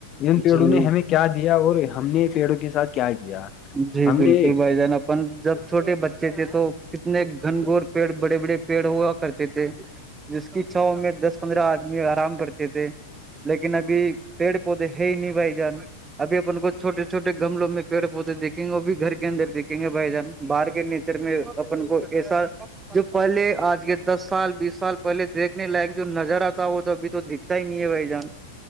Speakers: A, on the left (about 35°); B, on the right (about 20°).
A: ان پیڑوں
B: جی
A: نے ہمیں کیا دیا اور ہم نے پیڑوں کے ساتھ کیا کیا
B: جی
A: ہم
B: بالکل
A: نے
B: بھائی جان جب چھوٹے بچے تھے تو کتنے گھن گور پیڑ بڑے بڑے پیڑ ہوا کرتے تھے جس کی چاؤ میں دس پندرہ آدمی آرام کرتے تھے لیکن ابھی پیڑ پودے ہے ہی نہیں بھائی جان ابھی اپن کو چھوٹے چھوٹے گملوں میں پیڑے پودے دیکھیں گے وہ بھی گھر کے اندر دیکھیں گے بھائی جان باہر کے نیچر میں اپن کو ایسا جو پہلے آج کے دس سال بیس سال پہلے دیکھنے لائق جو نظر آتا وہ تو ابھی تو دکھتا ہی نہیں ہے بھائی جان